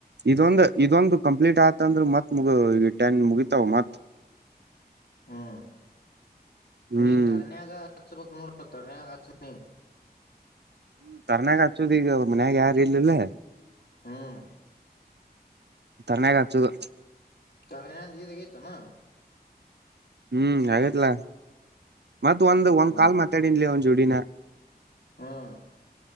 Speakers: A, on the right; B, on the left.
A: ಇದೊಂದು ಇದೊಂದು ಕಂಪ್ಲೀಟ್ ಆತಂದ್ರ ಮತ್ ಮುಗ ಈ ಟೆನ್ ಮುಗಿತಾವ ಮತ್
B: ಹ್ಮ್
A: ಹ್ಮ್
B: ನೀ ತನಾಗ ಗಾ ಚ ಬಕ ತರ್ರಣೆಯ ಗಾಚ ನೀ
A: ಹ್ಮ ಕರ್ನಾಗ ಹಚ್ಚದ ಈಗ ಮನ್ಯಾಗ ಯಾರು ಇಲ್ಲಿಲ್ಲ
B: ಹ್ಮ್
A: ತರ್ನಯಾಗ ಆತುದು
B: ತಂದ ಗತ ನ
A: ಹ್ಮ್ ಆಗೇತ್ಲಾ ಮತ್ ಒಂದ ಒಂದ್
B: ಹ್ಮ್
A: ಕಾಲ್ ಮಾತಾಡನ್್ಲ ಒನ್ ಜೋಡಿನ
B: ಹ್ಮ್